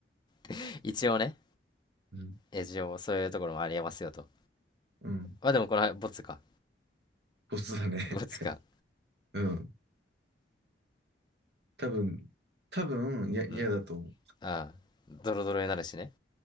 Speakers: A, on the left; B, on the right.
A: <laughs> 一応ね、
B: うん、
A: 一応そういうところもありえますよと。
B: うん。
A: まあでもこのボツか、
B: ボスだね。
A: ボツか、
B: うん。多分、多分、いや、嫌だと思
A: うん、ああ、ドロドロになるしね、